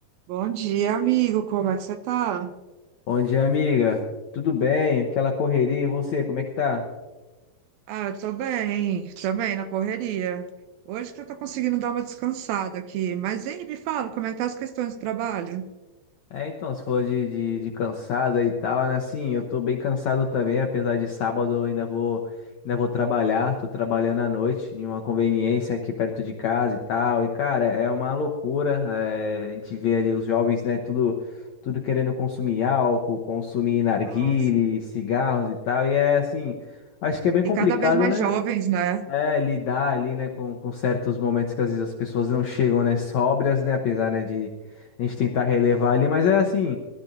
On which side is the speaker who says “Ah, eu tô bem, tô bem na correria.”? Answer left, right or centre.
Right